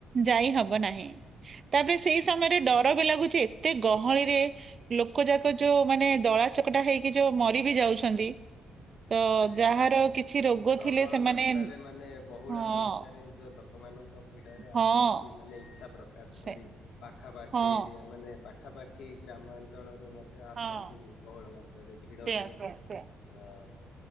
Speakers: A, on the right; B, on the left.
A: ଯାଇ ହବ ନାହିଁ ତାପରେ
B: ଆଜ୍ଞା
A: ସେଇ ସମୟରେ ଡର ବି ଲାଗୁଛି ଏତେ ଗହଳିରେ ଲୋକ ଯାକ ଯୋଉ ମାନେ ଦଳା ଚକଟା ହେଇକି ଯୋଉ ମରି ବି ଯାଉଛନ୍ତି। ତ
B: ଆଜ୍ଞା
A: ଯାହାର
B: ଆଜ୍ଞା
A: କିଛି ରୋଗ
B: ପ୍ରବଳ
A: ଥିଲେ ସେମାନେ
B: ମାତ୍ରାରେ ମାନେ ବହୁଳ
A: ହଁ
B: ସଂଖ୍ୟାରେ ଯୋଉ ଲୋକ ଲୋକମାନଙ୍କ ଭିଡ଼ରେ
A: ହଁ
B: ଆସନ୍ତି ମାନେ ଇଚ୍ଛା ପ୍ରକାଶ
A: ସେ
B: କରି ପାଖାପାଖି
A: ହଁ
B: ଏରିଆ ମାନେ। ପାଖାପାଖି ଗ୍ରାମାଞ୍ଚଳରୁ ମଧ୍ୟ ଆସନ୍ତି
A: ହଁ
B: ବହୁଳ ମାତ୍ରାରେ ଭିଡ଼
A: ସେୟା
B: ହୁଏ
A: ସେୟା ସେୟା
B: ଆଉ